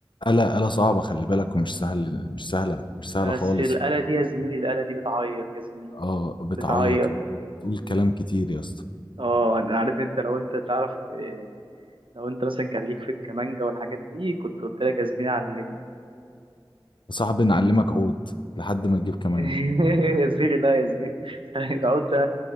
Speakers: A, on the left; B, on the right.
A: آلة آلة صعبة خلي بالك ومش سهل مش سهلة مش سهلة
B: بس
A: خالص
B: الآلة دي يا زميلي الآلة دي بتعيط يا زميلي
A: اه بتعيط
B: بتعيط
A: وبتقول كلام كتير يا اسطى
B: اه أنا عارف انت لو انت تعرف إيه، لو انت مثلا كان ليك في الكمانجا والحاجات دي كنت قلت لك يا زميلي علمني
A: صعب نعلمك عود لحد ما تجيب كمانجا
B: <laughs> يا زميلي لا يا زميلي <laughs> العود ده